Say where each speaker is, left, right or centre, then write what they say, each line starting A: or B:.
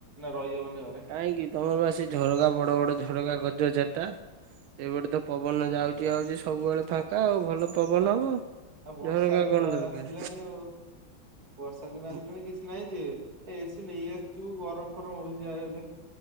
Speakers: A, on the right; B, on the right.
A: ରହିହବନି ଘରେ
B: କାଇଁକି ତମର ବା ସେ ଝରକା ବଡ-ବଡ ଝରକା କରିଚ ଚାରିଟା। ସେଇପଟେ ତ ପବନ ଯାଉଚି ଆଉଚି ସବୁବେଳେ ଫାଙ୍କା ଆଉ ଭଲ ପବନ ହବ।
A: ଆଉ ବର୍ଷା
B: ଝରକା
A: ଦିନ
B: କଣ ଦରକାର
A: ଆସିଲାଣି ଆଉ। ବର୍ଷା ଦିନ ଆସିଲାଣି
B: ହୁଁ
A: କିଛି ନାହିଁ ଯେ, ଏ ଏସି ନେଇ ଆସିଥିବୁ ଗରମ୍ ଫରମ୍ ହଉଛି ଯାହା ହଲେ।